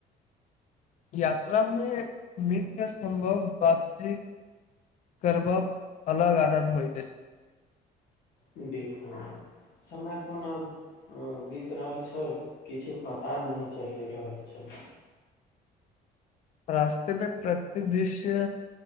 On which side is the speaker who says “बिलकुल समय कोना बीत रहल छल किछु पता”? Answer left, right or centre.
Left